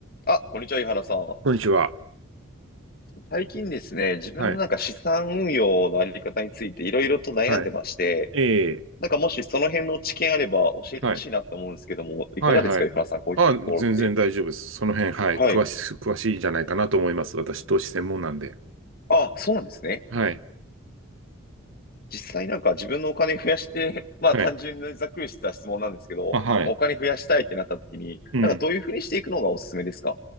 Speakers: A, on the left; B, on the right.
A: あ、こんにちは、井原さん。
B: こんにちは。
A: 最近ですね、自分のなんか資産運用のあり方についていろいろと悩んでまして、
B: はい。はい。ええ。
A: なんかもしその辺の知見あれば教えてほしいなと思うんですけども、
B: はい。
A: いかがですか、
B: はい。はい。
A: 井原さん、こういったところって。
B: あ、全然大丈夫です。その辺、はい。
A: はい。
B: 詳し、詳しいんじゃないかなと思います。私、投資専門なんで。
A: あ、そうなんですね。
B: はい。
A: 実際なんか自分のお金増やして、<laughs> まあ単純にざっくりした質問なんですけど、
B: はい。あ、はい。
A: まあ、お金増やしたいってなった時に、
B: うん。
A: なんかどういうふうにしていくのがおすすめですか